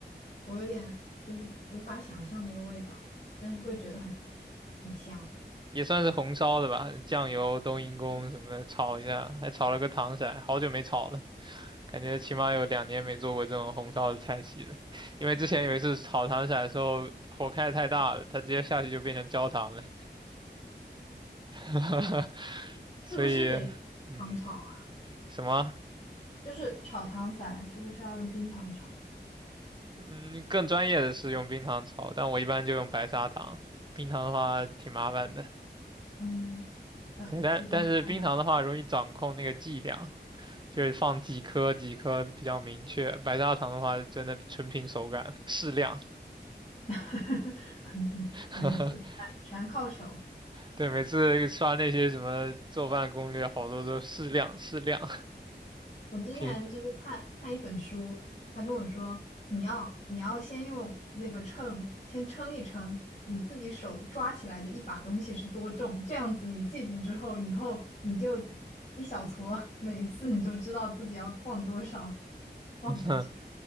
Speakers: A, on the left; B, on the right.
A: 我有点就是无法想象那个味道，但是会觉得很很香。
B: 也算是红烧的吧，酱油、冬阴功什么的炒一下，还炒了个糖色，好久没炒了，感觉起码有两年没做过这种红烧的菜系了，因为之前有一次炒糖色的时候火开得太大了，它直接下去就变成焦糖了，<laughs> 所以嗯，
A: 是不是得糖炒啊？
B: 什么
A: 就是炒糖色，是不是要用冰糖炒？
B: 嗯更专业的是用冰糖炒，但我一般就用白砂糖，冰糖的话挺麻烦的。
A: 嗯，呃，
B: 对，但但是冰糖的话容易掌控那个剂量，
A: 去中超买，
B: 就是放几颗几颗比较明确。白砂糖的话，真的纯凭手感，适量。
A: <laughs>
B: <laughs>
A: 没事，哎全靠手。
B: 对，每次刷那些什么做饭攻略，好多都适量适量，
A: 我之前就是看看一本书，
B: 挺，
A: 他跟我说，你要你要先用那个秤先称一称，你自己手抓起来的一把东西是多重，这样子你记住之后，以后你就一小撮，<laughs> 每一次你就知道自己要放多少，放下去。
B: <laughs>